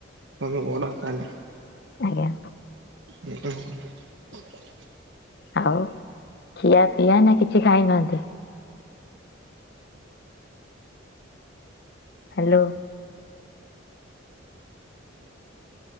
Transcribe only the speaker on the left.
ଆଜ୍ଞା।
ଆଉ ଖିଆ ପିଆ ନା କିଛି ଖାଇନାହାନ୍ତି? ହାଲୋ